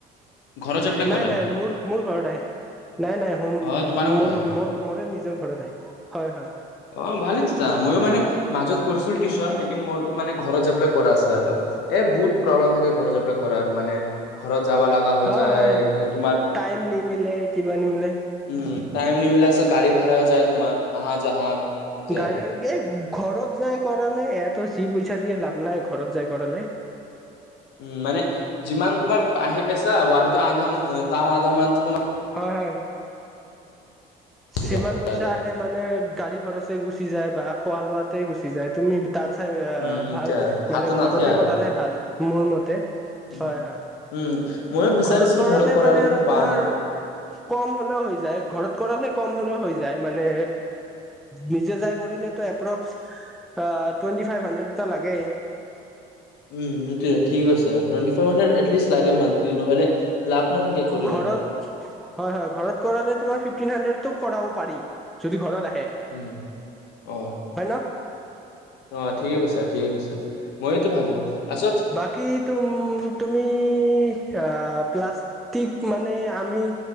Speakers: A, on the left (about 85°); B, in the centre.
A: ঘৰত যাই পেলাই
B: নাই,
A: কৰাই
B: নাই মোৰ, মোৰ ঘৰত আহে। নাই, নাই হুম,
A: অ তোমাৰ ঘৰত
B: মোৰ
A: আহে
B: মোৰ মোৰে নিজৰ ঘৰত আহে। হয়, হয়।
A: অ, ভালে তেতিয়া, মই মানে মাজত কৰিছিলো টিউশন মোৰোটো মানে ঘৰত যাইপেলাই কৰা আছিলে আৰু। এ বহুত প্ৰব্লেম থাকে ঘৰত যাইপেলাই কৰাৰ, মানে ঘৰত যাবা লগা হৈ
B: হয়
A: যায়,
B: হয়।
A: তোমাৰ
B: টাইম নিমিলে কিবা নিমিলে
A: উম, <unintelligible> গাড়ী ভাৰাও যায় তোমাৰ আহা <inaudible>
B: <inaudible> ঘৰত
A: আৰু
B: যাই কৰালে, এয়াতো যি পইচা দিয়ে লাভ নাই ঘৰত যাই কৰালে
A: উম মানে যিমান তোমাৰ বাহিৰত পাইছা, বাহিৰততো আধা তাৰ আধা মান তোমাৰ
B: হয়, হয়,
A: গুচি
B: যিমান
A: যায়
B: পইচা
A: আৰু
B: আহে মানে গাড়ী খৰচে গুচ চি যায় বা খোৱা লোৱাতেই গুচি যায়, তুমি তাৰ চাই এ
A: উম
B: ভাল
A: এতিয়া আৰু হাতত
B: মানে
A: নাথাকে
B: ঘৰতে
A: আৰু
B: কৰালে ভাল, মোৰ মতে।
A: উম
B: হয়, হয়।
A: উম ময়ো বিচাৰিছিলো
B: ঘৰত কৰালে
A: কৰা
B: মানে
A: লেকিন
B: আৰু
A: পোৱা
B: তোমাৰ
A: নাই
B: কম হ'লেও হৈ যায়, ঘৰত কৰালে কম হ'লেও হৈ যায়, মানে <unintelligible> নিজে যাই কৰিলে এপ্ৰক্স টুৱেণ্টি ফাইভ হাণ্ড্ৰেড এটা লাগেই।
A: উ, এইটোৱে, থিক আছে, টুৱেণ্টি চেভেন এতলিষ্ট লাগেই মান্থলি, নহ'লে লাভ নাথাকে কৰিলে
B: ঘৰত, হয়, হয়, ঘৰত কৰালে তোমাৰ ফিফটিন হাণ্ড্ৰেড তো কৰাব পাৰি, যদি ঘৰত আ
A: উম অ'
B: ন
A: অ' ঠিকে কৈছা ঠিকে কৈছা ময়োতো ভাবো। তাৰছত
B: বাকী তুম তুমি আহ। প্লাষ্টিক মানে আমি।